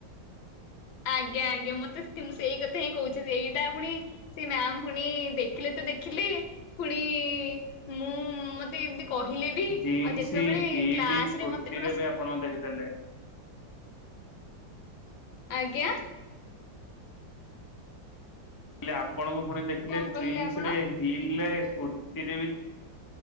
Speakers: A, on the left; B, on the left.
A: ଆଜ୍ଞା ଆଜ୍ଞା, ମତେ ମୁଁ ସେଇ କଥା ହିଁ କହୁଚି ସେଇଟା ପୁଣି ସେ ମ୍ୟାମ ପୁଣି ଦେଖିଲେ ତ ଦେଖିଲେ ପୁଣି ମୁଁ ମତେ ଏମିତି କହିଲେ ବି
B: ଜିନ୍ସ
A: ଆଉ ଯେତେବେଳେ
B: ହିଲ୍
A: କ୍ଲାସ
B: କୁର୍ତ୍ତିରେ
A: ରେ ମତେ ପୁରା
B: ବି ଆପଣଙ୍କୁ ଦେଖିଦେଲେ।
A: ଆଜ୍ଞା।
B: ମୁଁ କହିଲି ଆପଣଙ୍କୁ ପୁଣି ଦେଖିଲେ
A: କଣ କହିଲେ
B: ଜିନ୍ସ
A: ଆପଣ
B: ରେ ହିଲରେ କୁର୍ତିରେ ବି।